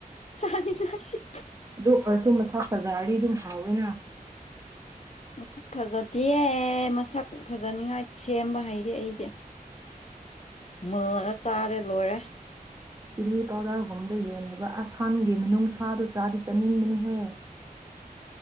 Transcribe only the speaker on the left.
ꯆꯥꯅꯤꯡꯉꯥꯏ ꯁꯦꯝ
ꯃꯁꯛ ꯐꯖꯇꯤꯌꯦ ꯃꯁꯛ ꯐꯖꯅꯤꯡꯉꯥꯏ ꯁꯦꯝꯕ ꯍꯩꯗꯤ ꯑꯩꯗꯤ ꯃꯨꯜꯂꯒ ꯆꯥꯔꯦ ꯂꯣꯏꯔꯦ